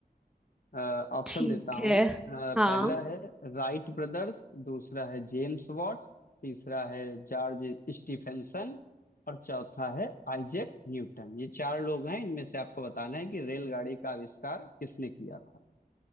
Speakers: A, on the left; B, in the centre.
A: अ, ऑप्शन
B: ठीक
A: देता हूं
B: है
A: मैं आ, पहला
B: हाँ
A: है राइट ब्रदर्स दूसरा है जेम्स वॉट तीसरा है जॉर्ज स्टीफेंसन और चौथा है आइजैक न्यूटन ये चार लोग हैं इनमें से आपको बताना है कि रेलगाड़ी का आविष्कार किसने किया था